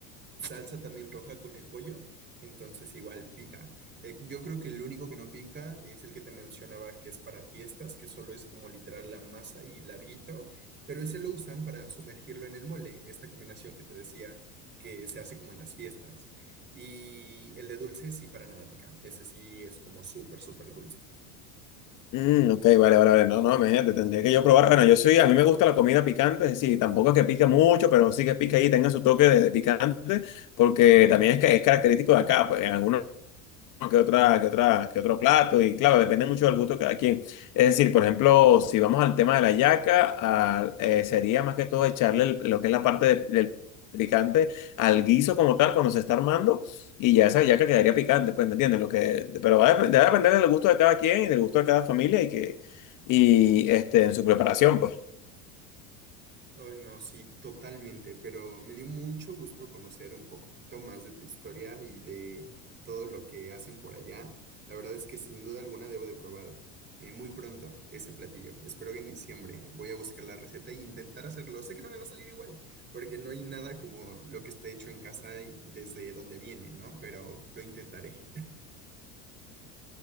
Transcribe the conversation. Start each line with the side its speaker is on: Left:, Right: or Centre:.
Right: salsa también roja con el pollo, entonces igual pica. Eh, yo creo que el único que no pica es el que te mencionaba que es para fiestas, que solo es como literal la masa y larguito, pero ese lo usan para sumergirlo en el mole, esta combinación que te decía que se hace como en las fiestas. Y el de dulce sí para nada pica, ese sí es como súper, súper dulce.
Left: Mm, ok, vale, vale, vale. No, no, imagínate, tendría que yo probar. Bueno, yo soy, a mí me gusta la comida picante, es decir, tampoco es que pica mucho, pero sí que pica ahí, tenga su toque de, de picante, porque también es, ca- es característico de acá, pues en algunos que otra, que otra, que otro plato, y claro, depende mucho del gusto de cada quien. Es decir, por ejemplo, si vamos al tema de la yaca, a- eh, sería más que todo echarle el- lo que es la parte de- del picante al guiso como tal cuando se está armando, y ya esa yaca quedaría picante, pues, ¿me entiendes? Lo que, pero va a, dep- debe depender del gusto de cada quien y del gusto de cada familia y que, y este, en su preparación, pues.
Right: Ay, no, sí, totalmente, pero me dio mucho gusto conocer un poquito más de tu historia y de todo lo que hacen por allá. La verdad es que sin duda alguna debo de probar eh, muy pronto ese platillo. Espero que en diciembre voy a buscar la receta e intentar hacerlo. Sé que no me va a salir igual, porque no hay nada como lo que está hecho en casa y desde donde viene, ¿no? Pero lo intentaré.